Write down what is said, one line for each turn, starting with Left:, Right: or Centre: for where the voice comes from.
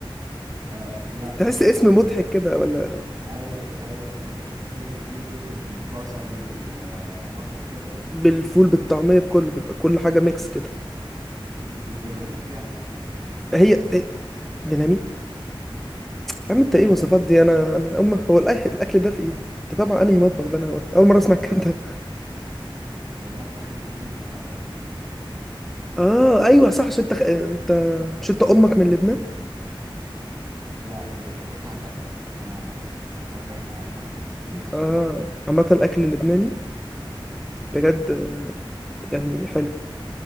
Right: أه لا
Centre: تحس اسم
Right: انا عارف
Centre: مضحك كده ولا
Right: ايوه ايوه افتكرت الشكشوكه دي مش دي البيض بال- بالبصل بالطماطم بكده
Centre: بالفول بالطعميه بكله بيبقى كل حاجه ميكس كده
Right: امم دي الديناميت يعني
Centre: هي هي ديناميت يا عم انت
Right: ايوه
Centre: ايه الوصفات
Right: في
Centre: دي
Right: اكل
Centre: انا انا امه هو الأكل الأكل ده فين ده طبعا انهي مطبخ ده انا
Right: في
Centre: اول مره اسمع الكلام ده
Right: ده المطبخ اللبناني بقى
Centre: اه ايوه صح عشان انت انت مش انت امك من لبنان
Right: لا دي دوكها خالتي انا فاهم احنا احنا من المصريين مصريين
Centre: اه
Right: يعني
Centre: عامه الاكل اللبناني
Right: بس
Centre: بجد آه، يعني حلو